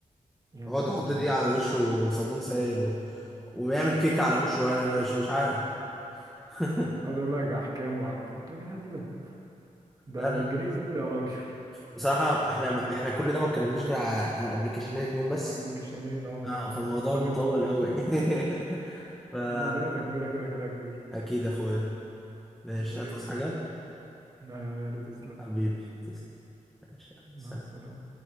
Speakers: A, on the right; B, in the centre.
A: يعني
B: يقعد يحط
A: ما
B: دي على وشه وصابون سائل و... وبيعمل كيك
A: قمه
B: على وشه
A: بجد
B: يعني مش مش عارف <laughs>
A: اقعد اقول لك احكام وع... انتوا يا جدعان ايه ده ده
B: لا
A: الجنيه زل يا راجل
B: بصراحة احنا احنا كل ده ما اتكلمناش غير على على ابلكيشنين اتنين
A: <laughs>
B: بس
A: قبل كيشانين اه
B: اه
A: ده
B: فالموضوع
A: ده الكلام
B: مطول
A: يطول
B: قوي <laughs>
A: اه لينا تكملة كده كده يا كبير
B: فأكيد يا اخويا ماشي
A: زي
B: هتصحى
A: الفل
B: حاجة
A: لا يا اهلي تسلم
B: حبيبي تسلم ماشي يلا،
A: مع
B: سلام
A: السلامة